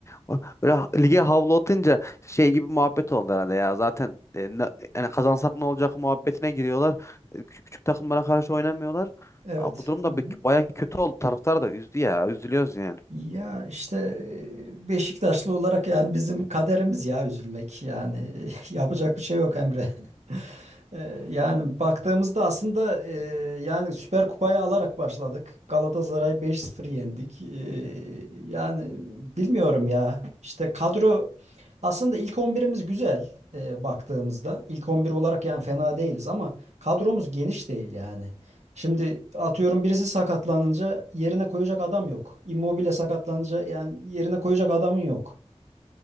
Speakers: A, on the left (about 25°); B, on the right (about 75°).
A: o- böyle ha- lige havlu atınca şey gibi muhabbet oldu herhalde ya. Zaten e, ne- yani kazansak ne olacak muhabbetine giriyorlar. E, Küçük, küçük takımlara karşı oynamıyorlar.
B: Evet.
A: Aa, bu durum da
B: Hı hı.
A: baya kötü oldu. Taraftar da üzdü ya. Üzülüyoruz yani.
B: Ya işte e, Beşiktaşlı olarak yani bizim kaderimiz ya üzülmek. Yani <laughs> yapacak bir şey yok Emre. Ee, Yani baktığımızda aslında e, yani Süper Kupayı alarak başladık. Galatasaray beş sıfır yendik. Ee, yani bilmiyorum ya. İşte kadro aslında ilk 11'imiz güzel e, baktığımızda. İlk 11 olarak yani fena değiliz ama kadromuz geniş değil yani. Şimdi atıyorum birisi sakatlanınca yerine koyacak adam yok. Immobile sakatlanınca yani yerine koyacak adamın yok.